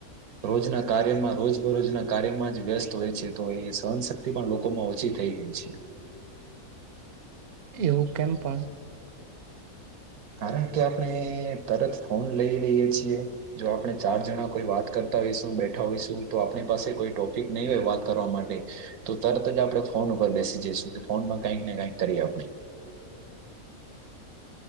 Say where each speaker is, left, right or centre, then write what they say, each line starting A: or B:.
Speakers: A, on the right; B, on the right.
A: રોજના કાર્યમાં રોજબરોજના કાર્યમાં જ વ્યસ્ત હોય છે તો એ સહનશક્તિ પણ લોકોમાં ઓછી થઈ ગઈ છે
B: એવું કેમ પણ
A: કારણ કે આપણે તરત ફોન લઈ રઈએ છીએ જો આપણે ચાર જણા કોઈ વાત કરતા હોઈશું બેઠા હોઈશું તો આપણી પાસે કોઈ ટોપિક નહી હોય વાત કરવા માટે તો તરત જ આપણે ફોન ઉપર બેસી જઈશું કે ફોનમાં કઈકને કંઈક કરીએ આપણે